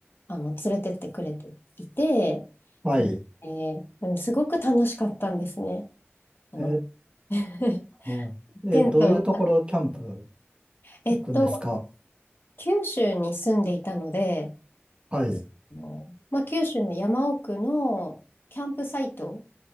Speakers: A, on the left; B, on the right.
A: あの、連れてってくれていて、
B: はい。
A: えーうんすごく楽しかったんですね。あの
B: え、
A: <laughs>、
B: はい。
A: テントを立てて、
B: え、どういうところキャンプ
A: えっと、
B: 行くんですか
A: 九州に住んでいたので、
B: はい。
A: あのまあ、九州の山奥のキャンプサイト